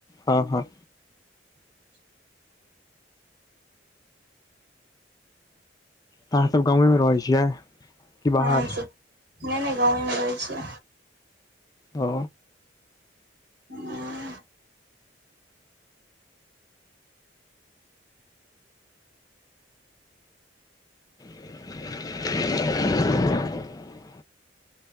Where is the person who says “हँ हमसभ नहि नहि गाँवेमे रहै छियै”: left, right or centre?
Right